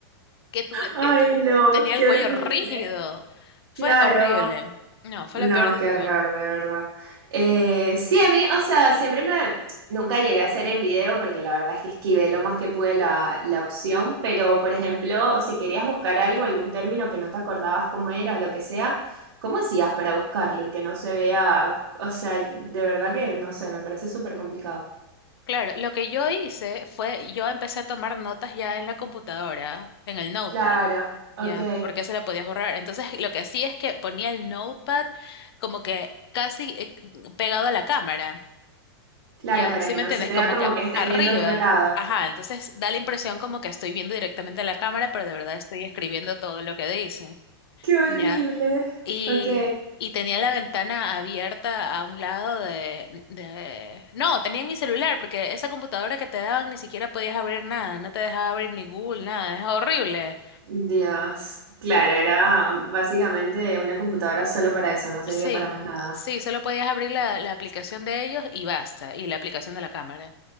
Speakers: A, on the left (about 70°); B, on the right (about 70°).
A: que tuve,
B: ay,
A: que, que
B: no,
A: tenía
B: qué
A: el cuello
B: horrible.
A: rígido. Fue
B: Claro.
A: horrible. No, fue
B: No,
A: la peor decisión.
B: qué raro, de verdad. Eh, sí, a mí, o sea, siempre me... Nunca llegué a hacer en video porque la verdad es que esquivé lo más que pude la, la opción, pero
A: Ujú.
B: por ejemplo, si querías buscar algo, algún término que no te acordabas cómo era o lo que sea, ¿cómo hacías para buscarlo y que no se vea? O sea, de verdad que no sé, me parece súper complicado.
A: Claro, lo que yo hice fue, yo empecé a tomar notas ya en la computadora, en el notepad,
B: Claro, ok.
A: ya, porque se la podía borrar. Entonces, lo que hacía es que ponía el notepad como que casi eh, pegado a la cámara,
B: Claro,
A: ya,
B: para
A: ¿sí
B: que
A: me
B: no
A: entiendes?
B: se vea
A: Como
B: como
A: que
B: que estés
A: arriba,
B: viendo otro lado.
A: ajá, entonces da la impresión como que estoy viendo directamente a la cámara, pero de verdad estoy escribiendo todo lo que dice.
B: Qué horrible.
A: Ya, Y,
B: Ok.
A: y tenía la ventana abierta a un lado de, de... No, tenía en mi celular, porque esa computadora que te daban ni siquiera podías abrir nada, no te dejaba abrir ni Google, nada, es horrible.
B: Dios. Claro, era básicamente una computadora solo para eso, no servía
A: Sí,
B: para más nada.
A: sí, solo podías abrir la, la aplicación de ellos y basta, y la aplicación de la cámara,